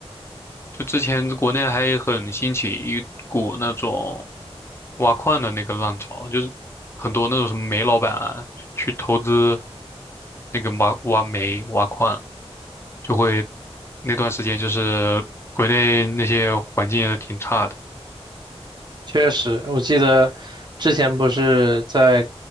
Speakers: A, on the left; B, on the right.
A: 就之前国内还很兴起一股那种挖矿的那个浪潮，就是很多那种什么煤老板啊去投资那个挖挖煤、挖矿，就会那段时间就是国内那些环境也挺差的。
B: 确实，我记得之前不是在